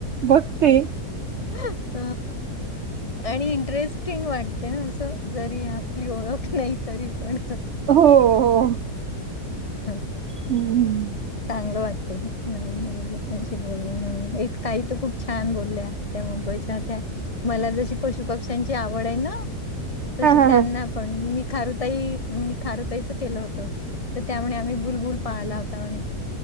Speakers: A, on the right; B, on the left.
A: बघते.
B: <inaudible> आणि इंटरेस्टिंग वाटते ना असं, जरी आपली ओळख नाही तरी पण.
A: हो हो
B: <inaudible>
A: हूं हूं!
B: चांगलं वाटतंय ना, नवीन नवीन लोकांशी बोलून, एक ताई तर खूप छान बोलल्या त्या मु बयच्या होत्या, मला जशी पशु पक्ष्यांची आवड आहे ना, तशी
A: हा हा
B: त्यांना
A: हा
B: पण मी खारुताई, मी खारुताईचं केलं होतं. तर त्या म्हणे आम्ही बुलबुल पाळला होता म्हणे.